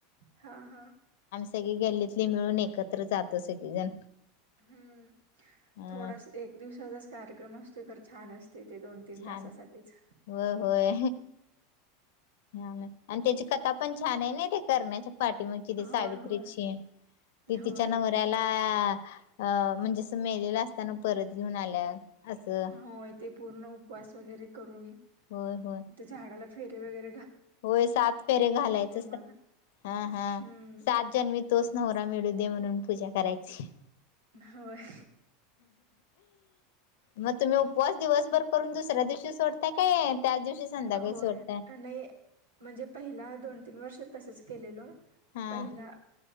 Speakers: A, on the right; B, on the left.
A: ह ह
B: सगळी गल्लीतली मिळून एकत्र जातो सगळीजण
A: हम्म
B: अ
A: थोडास एक दिवसाचाच कार्यक्रम असतो तर छान असत तिथे दोन तीन
B: छान
A: तासासाठीच
B: होय होय आणि त्याची कथा पण छान आहे ना ते करण्याच्या पाठीमागची ती
A: होय
B: सावित्रीची
A: होय होय
B: तिच्या नवऱ्याला का म्हणजे अस मेलेलं असताना परत घेऊन आल्या असं
A: होय ते पूर्ण उपवास वगैरे करून
B: होय होय
A: ते झाडाला फेरे वगैर
B: होय सात फेरे घालायच
A: मला
B: हा हा
A: हम्म
B: सात जन्मी तोच नवरा मिळू दे म्हणून पूजा करायची
A: होय
B: मग तुम्ही उपवास दिवसभर करून दुसऱ्या दिवशी सोडतय काय त्याच दिवशी संध्याकाळी
A: होय
B: सोडतय
A: नाही म्हणजे पहिला दोन तीन वर्ष तसच केलेलो
B: हा
A: पहिला